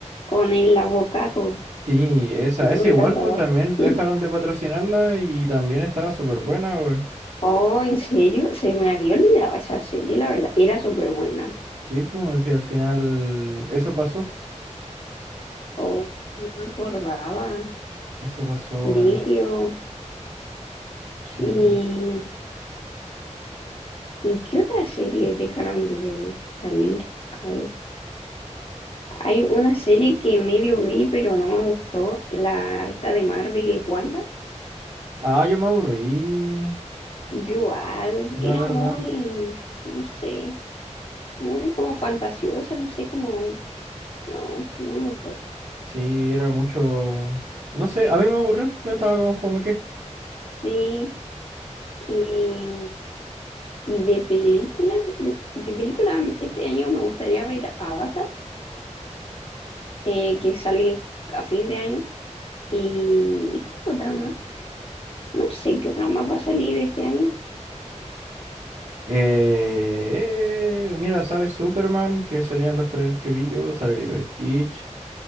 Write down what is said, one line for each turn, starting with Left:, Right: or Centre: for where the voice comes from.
Left: con el avocato.
Right: Sí, esa, esa
Left: Me
Right: igual,
Left: encantaba.
Right: pues también
Left: <laughs>
Right: dejaron de patrocinarla y también estaba súper buena, weón.
Left: Oh, ¿en serio? Se me había olvidado esa serie, la verdad. Era súper buena.
Right: Sí, pues sí, al final eso pasó.
Left: Oh, no me acordaba.
Right: Eso pasó,
Left: Brigio.
Right: eh, sí.
Left: ¿Y, ¿y qué otra serie dejaron de salir? A ver, hay una serie que medio vi, pero no me gustó. La esta de Marvel, Wanda.
Right: Ah, yo me aburrí,
Left: Yo igual,
Right: la
Left: era
Right: verdad.
Left: muy, no sé, muy como fantasiosa, no sé, como, no, como no me gustó.
Right: Sí, era mucho... No sé, a mí me aburrió. Yo Estaba como fome
Left: Sí, y, y de película, de, de película este año me gustaría ver Avatar, eh, que sale a fin de año. ¿Y qué otra más? No sé qué otra más va a salir este año.
Right: Eh, eh, mira, sale Superman, que serían los trailers que vi yo, sale Lilo Stitch.